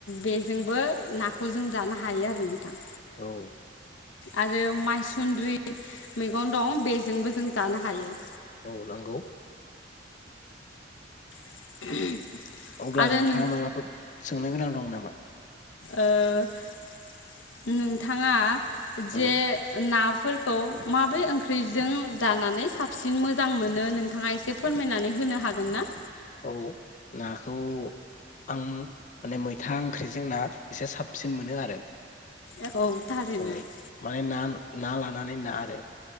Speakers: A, on the left (about 75°); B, on the left (about 40°).
A: बे जोंबो नाखौ जों जानो हायो आरो नोंथां
B: औ
A: आरो माइसुन्द्रि मैगं दं बेजोंबो जों जानो हायो।
B: औ नंगौ
A: <unintelligible>
B: अब्ला
A: आरो
B: नोंथाङा
A: नों
B: माबाफोर सोंनो गोनां दं नामा?
A: ओ नोंथाङा
B: औ
A: जे ना फोरखौ माब्रै ओंख्रिजों जानानै साबसिन मोजां मोनो नोंथाङा एसे फोरमायनानै होनो हागोन ना?
B: औ नाखौ आं माने मैथा ओंख्रिजों ना एसे साबसिन मोनो आरो
A: एब थलिनोनो
B: औ
A: <unintelligible>
B: माने ना ना लानानै ना आरो